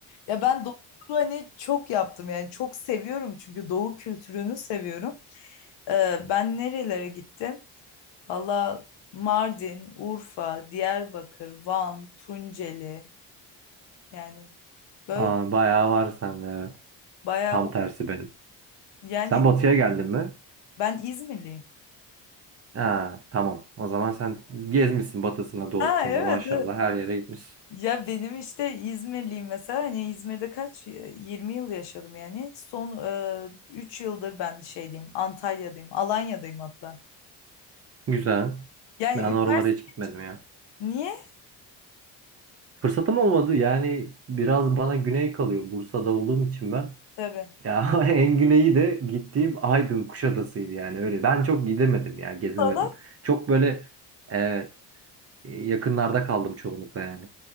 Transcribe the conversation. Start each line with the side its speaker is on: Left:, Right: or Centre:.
Left: Ya ben doğu turu hani çok yaptım yani çok seviyorum çünkü doğu kültürünü seviyorum. Ee, ben nerelere gittim? Valla Mardin, Urfa, Diyarbakır, Van, Tunceli yani böyle
Right: Aa, bayağı var sende evet.
Left: bayağı
Right: Tam
Left: var.
Right: tersi benim.
Left: Yani
Right: Sen batıya geldin mi?
Left: ben İzmirliyim.
Right: Ha, tamam. O zaman sen gezmişsin batısında doğusunda
Left: Ha evet,
Right: maşallah
Left: evet.
Right: her yere gitmişsin.
Left: Ya benim işte İzmirliyim mesela hani İzmir'de kaç 20 yıl yaşadım yani. Son e, 3 yıldır ben şeydeyim Antalya'dayım Alanya'dayım hatta.
Right: Güzel.
Left: Yani
Right: Ben
Left: üniversite
Right: oralara hiç gitmedim ya.
Left: niye?
Right: Fırsatım olmadı yani biraz bana güney kalıyor. Bursa'da olduğum için ben.
Left: Tabii.
Right: Ya <laughs> en güneyi de gittiğim Aydın Kuşadası'ydı yani öyle. Ben çok gidemedim ya gezemedim.
Left: Sana,
Right: Çok böyle e, yakınlarda kaldım çoğunlukla yani.